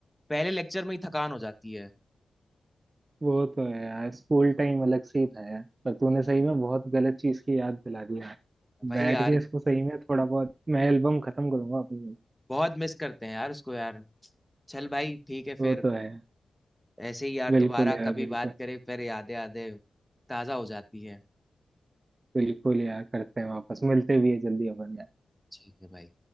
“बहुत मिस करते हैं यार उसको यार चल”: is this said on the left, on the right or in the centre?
Centre